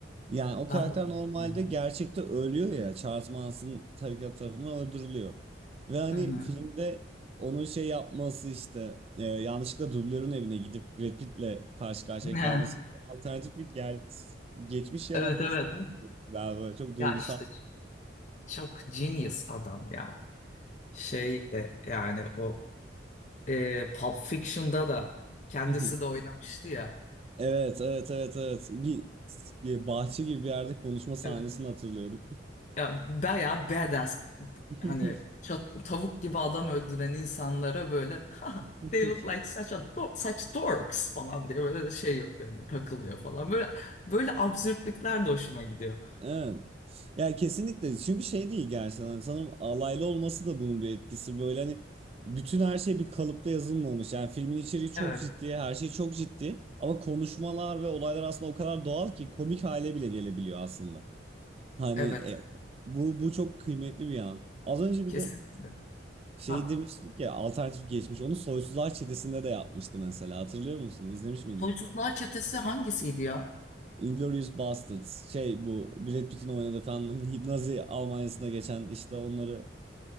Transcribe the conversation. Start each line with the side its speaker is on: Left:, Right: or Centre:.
Right: Yani o karakter
Left: Ben de onu.
Right: normalde
Left: ya.
Right: gerçekte ölüyor ya. Charles Manson tarikat tarafından öldürülüyor. Ve hani
Left: Hı hı.
Right: filmde onun şey yapması işte e, yanlışlıkla dublörün evine gidip Brad Pitt'le karşı karşıya
Left: <laughs>
Right: kalması gibi alternatif bir gel geçmiş yaratması
Left: Evet evet.
Right: da bence çok güzel böyle çok duygusal.
Left: Ya işte çok genius adam ya. Şey e, yani o e, Pulp Fiction'da da kendisi
Right: <laughs>
Left: de oynamıştı ya.
Right: Evet evet evet evet bir e, bahçe gibi bir yerde konuşma sahnesini
Left: Evet.
Right: hatırlıyorum.
Left: Ya bayağı badass.
Right: <laughs>
Left: Hani çat- tavuk gibi adam öldüren insanlara böyle "Ha,
Right: <laughs>
Left: they look like such a do- such dorks falan diye böyle de şey yapıyor. hani takılıyor falan. Böyle böyle absürtlükler de hoşuma gidiyor.
Right: Evet. Ya kesinlikle çünkü şey değil gerçekten Hani sanırım alaylı olması da bunun bir etkisi böyle hani bütün her şey bir kalıpta yazılmamış yani filmin içeriği çok
Left: Evet.
Right: ciddi her şey çok ciddi ama konuşmalar ve olaylar aslında o kadar doğal ki komik hale bile gelebiliyor aslında hani
Left: Evet.
Right: e, bu bu çok kıymetli bir an az önce bir
Left: Kesinlikle.
Right: de şey
Left: Ha,
Right: demiştik ya alternatif geçmiş onu Soysuzlar Çetesi'nde de yapmıştı mesela hatırlıyor musun İzlemiş miydin?
Left: Huysuzlar Çetesi hangisiydi ya?
Right: Inglourious Basterds şey bu Brad Pitt'in oynadığı falan <laughs> Nazi Almanya'sına geçen işte onları